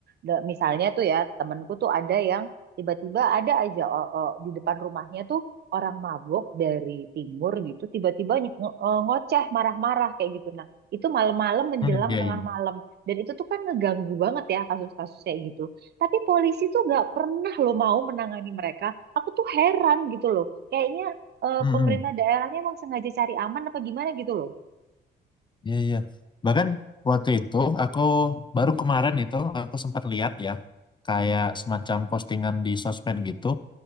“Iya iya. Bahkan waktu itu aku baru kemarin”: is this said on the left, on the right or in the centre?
Left